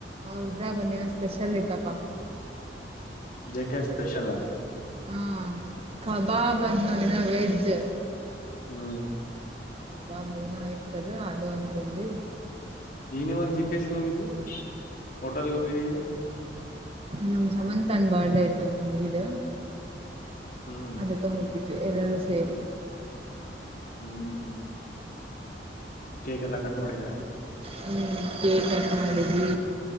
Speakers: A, on the right; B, on the left.
A: ಹೃದ್ರ ಬಂದೇನ ಸ್ಪೆಷಲ್ ಐ್ದಪ್ಪ
B: ಜಗೇ ಸ್ಪೆಷಲ್ ಆ
A: ಹಾ ಕಬಾಬ್ ಅಂದ ನೋದಿನ ವೆಜ್ ಯಾಕೆ
B: ಹ್ಮ್
A: ಬಾಬ ನೋ ಆಯ್ತದ ಅದು ಅಂತ ತಿಂದ್ವಿ
B: ಏನಿವಾಗ ಜಿ ಕೆಸ್ಗೆ ಹೋಗಿದ್ ಹೋಟೆಲ್ಗೆ ಹೋಗಿರಿ ಈಗ
A: ನಮ್ ಸಮಂತನ್ ಬರ್ದೇ ಆಯ್ತಂತನ್ಗದು
B: ಹ್ಮ್
A: ಅಂದ ತೊಂಬೂ ಎಲ್ಲಾದೂ ಸೇರಿ
B: ಹ್ಮ್ ಕೇಕ್ ಎಲ್ಲಾ ಕಟ್ ಮಾಡಿದ್ರಾ
A: ಹ ಕೇಕ್ ಕಟ್ ಮಾಡವಿ